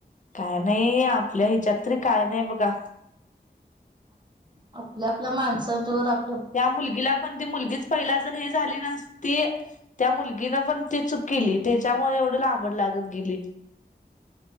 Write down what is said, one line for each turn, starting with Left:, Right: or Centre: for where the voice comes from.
Left: काय नाही. आपल्या हेच्यात तरी काय नाही बघा.
Right: आपल्या-आपल्या माणसांन च्यावर आप
Left: त्या मुलगीला पण, ती मुलगीच पहिला जर हे झाली नस नसती.. त्या मुलगीनं पण ती चुक केली. त्याच्यामुळे एवढं लांबड लागत गेली.